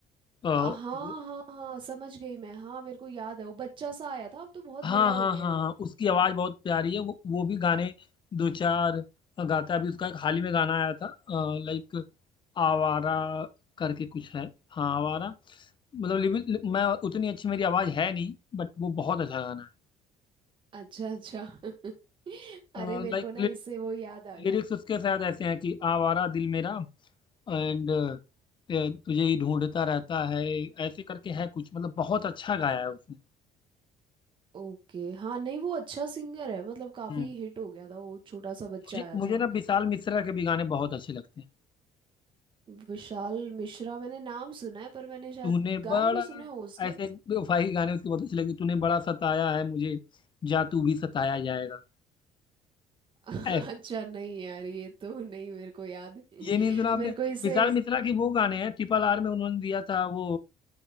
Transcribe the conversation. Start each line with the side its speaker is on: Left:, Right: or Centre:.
Left: अ, वो-
Right: हाँ हाँ हाँ समझ गई मैं हाँ मेरे को याद है वो बच्चा सा आया था अब तो बहुत
Left: हाँ
Right: बड़ा हो
Left: हाँ
Right: गया
Left: हाँ
Right: है वो
Left: हाँ उसकी आवाज बहुत प्यारी है वो वो भी गाने दो चार गाता है अभी उसका एक हाल ही में गाना आया था लाइक आवारा करके कुछ है हाँ आवारा मतलब लिरिक- मैं उतनी अच्छी मेरी आवाज है नहीं बट वो बहुत अच्छा गाना
Right: अच्छा अच्छा <laughs>
Left: है
Right: अरे मेरे
Left: लाइक
Right: को ना इससे वो याद आ गया
Left: लिरिक्स उसके शायद ऐसे हैं कि आवारा दिल मेरा एंड तुझे ही ढूंढता रहता है ऐसे करके है कुछ मतलब बहुत अच्छा गाया है उसने
Right: ओके हाँ नहीं वो अच्छा सिंगर है मतलब काफी
Left: हम्म
Right: हिट हो गया था वो छोटा सा बच्चा
Left: मुझे
Right: आया था
Left: मुझे ना विशाल मिश्रा के भी गाने बहुत अच्छे लगते हैं
Right: विशाल मिश्रा मैंने नाम सुना है पर मैंने शायद
Left: तूने
Right: गाने
Left: बड़ा
Right: भी सुने हो उसके
Left: ऐसे बेवफाई गाने उसके बहुत अच्छे लगे तूने बड़ा सताया है मुझे जा तू भी सताया जाएगा
Right: <laughs>
Left: ऐसा
Right: अच्छा नहीं यार ये तो नहीं मेरे को याद <laughs>
Left: ये नहीं सुना आपने
Right: मेरे को इसे
Left: विशाल मिश्रा के वो गाने हैं ट्रिपल आर में उन्होंने दिया था वो